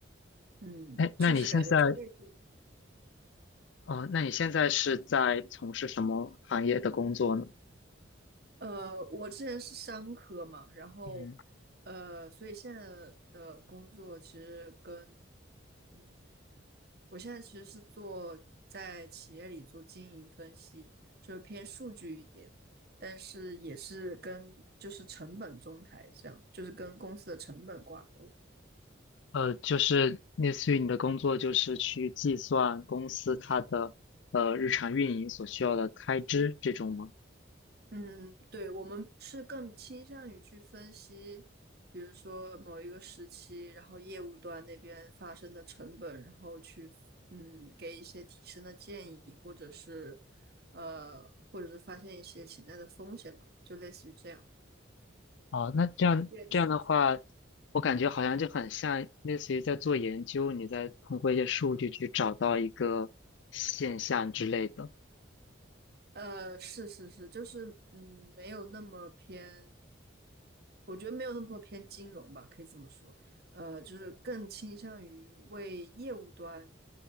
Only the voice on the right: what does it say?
嗯，
确实感觉这个是，
嗯嗯呃，我之前是商科嘛，然后，
呃，所以现在的工作其实跟，嗯，我现在其实是做在企业里做经营分析，就是偏数据一点，但是也是跟就是成本中台这样，就是跟公司的成本挂钩。
嗯，嗯对，我们是更倾向于去分析，比如说某一个时期，然后业务端那边发生的成本，然后去嗯给一些提升的建议，或者是呃，或者是发现一些潜在的风险吧，就类似于这样。
对数据。
呃，是是是，就是嗯，没有那么偏，我觉得没有那么偏金融吧，可以这么说，呃，就是更倾向于为业务端